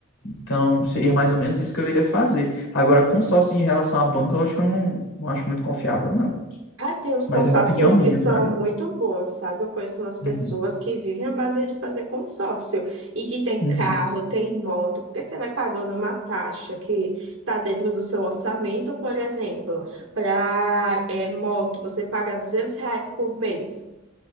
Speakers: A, on the left (about 80°); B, on the right (about 70°).
A: Então, seria mais ou menos isso que eu iria fazer. Agora, consórcio em relação à banca, eu acho que eu não, não acho muito confiável, não.
B: Ah, tem uns
A: Mas
B: consórcios
A: é uma opinião minha,
B: que são
A: sabe?
B: muito bons, sabe? Eu conheço umas pessoas
A: Uhum,
B: que vivem à base de fazer consórcio e que tem
A: uhum,
B: carro, tem moto, porque você vai pagando uma taxa que está dentro do seu orçamento, por exemplo, para moto, você paga 200 reais por mês.